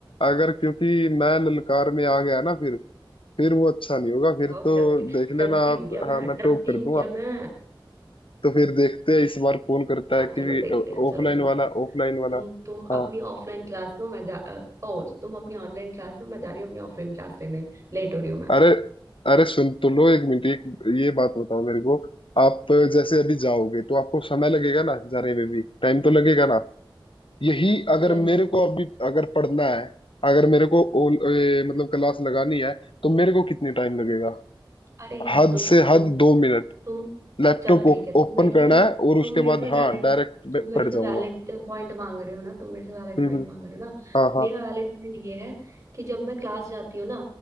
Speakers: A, on the left; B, on the right.
A: अगर क्योंकि मैं ललकार में आ गया ना फिर फिर वो अच्छा
B: अरे
A: नहीं
B: जाओ
A: होगा फिर
B: जाओ
A: तो
B: डरती
A: देख
B: डरती
A: लेना
B: हूँ
A: आप
B: क्या मैं
A: हाँ मैं
B: डरती
A: टॉप कर
B: हूँ
A: दूंगा
B: क्या मैं
A: तो फिर देखते हैं इस बार कौन करता है
B: हाँ चलो
A: कि
B: देखते हैं चलो
A: ऑफलाइन
B: ठीक
A: वाला
B: है
A: ऑफलाइन वाला
B: तुम तुम
A: हाँ
B: अपनी ऑफलाइन क्लास लो मैं जा अ, ओ तुम अपनी ऑनलाइन क्लास लो मैं जा रही हूँ अपनी ऑफलाइन क्लास लेने लेट हो रही हूँ मैं
A: अरे अरे सुन तो लो एक मिनट एक ये बात बताओ मेरे को आप जैसे अभी जाओगे तो आपको समय लगेगा ना जाने में भी टाइम तो लगेगा ना यही अगर
B: लग
A: मेरे को अभी अगर पढ़ना है अगर मेरे को ओल, ए, मतलब क्लास लगानी है तो मेरे को कितनी टाइम लगेगा
B: अरे यार
A: हद
B: तुम सु-
A: से
B: तुम
A: हद
B: सुनो
A: दो मिनट
B: तुम
A: लैपटॉप
B: चलो ठीक है तुम
A: ओपन
B: मेरे
A: करना
B: से
A: है और उसके
B: तुम मेरे
A: बाद
B: से वैलिड
A: हाँ डायरेक्ट
B: तुम मेरे
A: पढ़
B: से
A: जाऊंगा
B: वैलिड पॉइंट मांग रहे हो ना तुम मेरे से वैलिड
A: हम्म
B: पॉइंट
A: हम्म,
B: मांग रहे हो ना
A: हाँ
B: मेरा
A: हाँ
B: वैलिड पॉइंट ये है कि जब मैं क्लास जाती हूँ ना